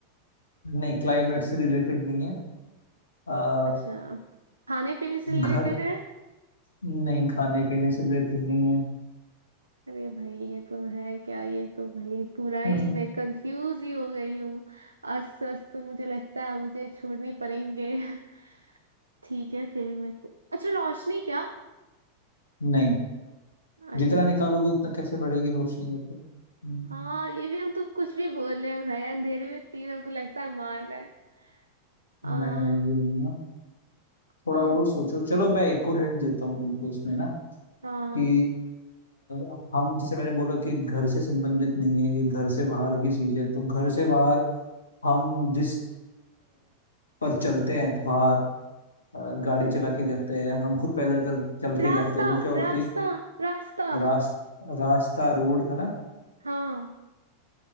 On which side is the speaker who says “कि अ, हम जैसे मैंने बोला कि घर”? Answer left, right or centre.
Left